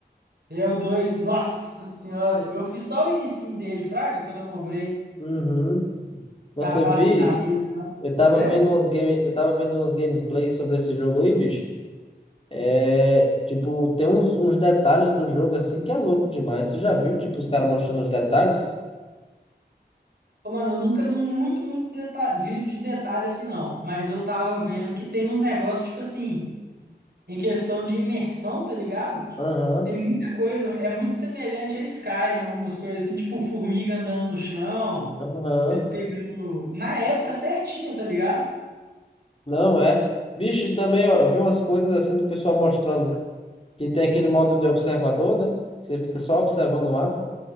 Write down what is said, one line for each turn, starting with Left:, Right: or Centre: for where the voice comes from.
Right: É o 2. Nossa senhora. Eu fiz só o inicinho dele, Fraga, quando eu comprei.
Left: Uhum. Nossa,
Right: A parte
Left: eu vi,
Right: da neve lá.
Left: eu tava
Right: Quê?
Left: vendo uns game, eu tava vendo uns gameplays sobre esse jogo aí, bicho. É, tipo, tem uns, uns detalhes do jogo assim que é louco demais. Você já viu, tipo, os caras mostrando os detalhes?
Right: Ô, Mano, eu nunca vi muito, muito deta- vídeo de detalhe assim, não. Mas eu tava vendo que tem uns negócios, tipo assim, em questão de imersão, tá ligado?
Left: Aham,
Right: Tem muita coisa, é muito semelhante a Skyrim, algumas coisas assim, tipo formiga andando no chão,
Left: aham.
Right: ele pegando. Na época certinha, tá ligado?
Left: Não é. Bicho, e também ó, eu vi umas coisas assim do pessoal mostrando que tem aquele modo de observador, né? Você fica só observando o mapa.